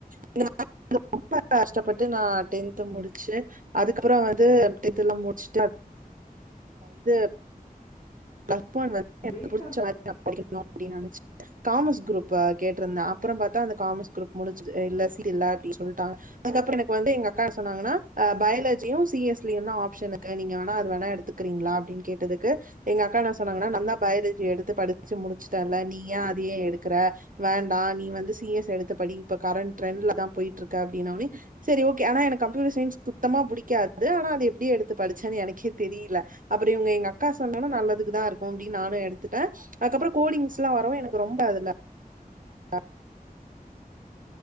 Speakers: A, on the right; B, on the left.
A: <inaudible> ரொம்ப கஷ்டப்பட்டு நா டென்த் து முடிச்சு அதுக்கப்பற வந்து இதெல்லா முட்ச்சுட்டு இது <inaudible> படிக்கணு
B: பிரேக் ஆகுது வாய்ஸ்.
A: அப்டினு நெனச்சு காமர்ஸ் குரூப் ப கேட்ருந்த அப்பற பாத்தா அந்த காமர்ஸ் குருப் முடிச்சுட்டு இல்ல சீட் இல்ல அப்டி சொல்ட்டாங்க அதுக்கப்றொ எனக்வந்து எங்க க்கா சொன்னாங்னா அ பயாலஜியு சி எஸ் இப்டி ஒன்னு ஆப்ஷனுருக்கு நீங்க வேணா அது வேணா எடுத்துக்றீங்ளா அப்டினு கேட்டதுக்கு எங்கக்கா என்ன சொன்னாங்கன்னா நந்தா பயாலஜி எடுத்து படிச்சு முடிச்சுட்டேன்ல நீ ஏ அதையே எடுக்கற வாண்டா நீ வந்து சி எஸ் எடுத்து படி இப்ப கரண்ட் ட்ரெண்ல தா போயிட்ருக்கு அப்டினனொனே செரி ஓகே ஆனா எனக்கு கம்ப்யூட்டர் சயின்ஸ் சுத்தமா புடிக்காது ஆனா அது எப்டி எடுத்து படிச்சேனு எனக்கே தெரியில அப்றம் இவங்க எங்கக்காஸ் சொன்னொனெ நல்லதுக்கு தா இருக்கு அப்டினு நானு எடுத்துட்டே அதுக்கப்பறோ கோடிங்ஸ்லா வரவு எனக் ரொம்ப அதுல <inaudible>